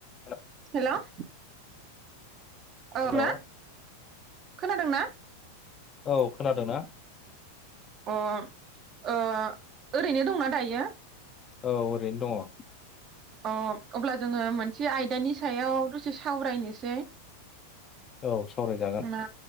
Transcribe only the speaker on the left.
हेल'
हेल'
औ खोनादोंना
औ ओरैनो दङ
औ सावरायजागोन